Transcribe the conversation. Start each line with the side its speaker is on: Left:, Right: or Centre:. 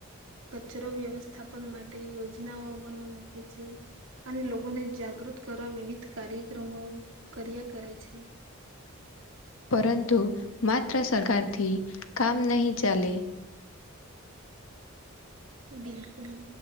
Right: કચરો વ્યવસ્થાપન માટે યોજનાઓ અમલમાં મૂકે છે. અને લોગો ને જાગૃત કરવા વિવિધ કાર્યક્રમો કર્યા કરે છે.
Left: પરંતુ માત્ર સરકારથી, કામ નહીં ચાલે.
Right: બિલકુલ,